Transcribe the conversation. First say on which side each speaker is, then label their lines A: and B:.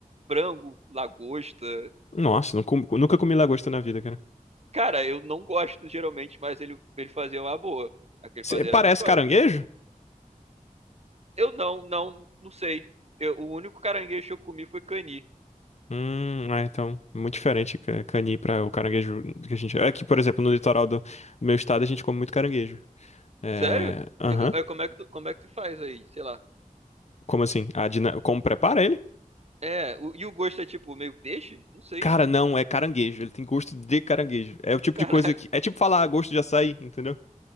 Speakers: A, on the right; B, on the left.
A: frango, lagosta.
B: Nossa, não com- nunca comi lagosta na vida, cara.
A: Cara, eu não gosto geralmente, mas ele, ele fazia uma boa. Aquele
B: Cê-
A: fazer
B: parece
A: era gostosa.
B: caranguejo?
A: Eu não, não, não sei. Eu- o único caranguejo que eu comi foi cani.
B: Hum, é, então, muito diferente ca- cani para o caranguejo que a gente. É que, por exemplo, no litoral do do meu estado a gente come muito caranguejo. É.
A: Sério?
B: Aham.
A: Eu- eu- como é que, Uhum. tu- como é que se faz aí? Sei lá.
B: Como assim? A dina- Como prepara ele?
A: É, o- e o gosto é tipo meio peixe? Não sei.
B: Cara, não, é caranguejo. Ele tem gosto de caranguejo. É o tipo
A: <laughs> Caraca.
B: de coisa que. É tipo falar "Ah, gosto de açaí, entendeu?